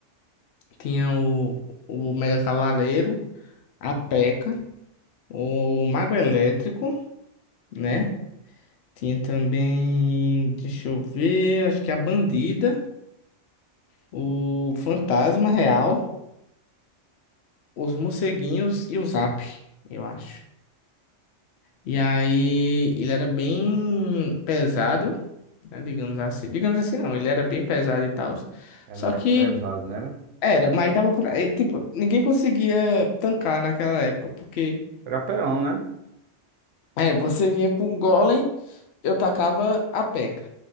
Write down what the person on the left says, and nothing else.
tinha o, o Mega Cavaleiro, a P.E.K.K.A., o Mago Elétrico, né? Tinha também, deixa eu ver, acho que a Bandida, o Fantasma Real, os Morceguinhos e o Zap, eu acho. E aí, ele era bem pesado. né, Digamos assim. Digamos assim, não, ele era bem pesado e tal.
Só
que
era, mas dava pra. Ele, tipo, ninguém conseguia tancar naquela época, porque
é, você vinha com um golem, eu tacava a peca.